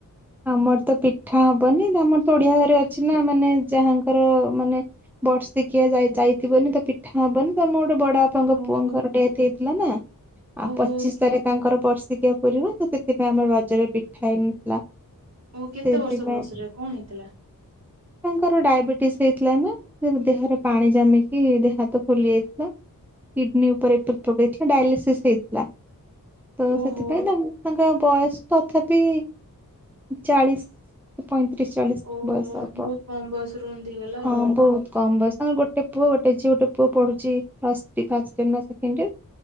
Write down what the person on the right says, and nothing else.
ଓହୋ
ଓହୋ
ଓ କେତେ
ବର୍ଷ ବୟସର କଣ ହେଇଥିଲା?
ଓହୋ
ଓହୋ
ବହୁତ କମ ବୟସରୁ ଏମିତି ହେଇଗଲା
ଆଉ।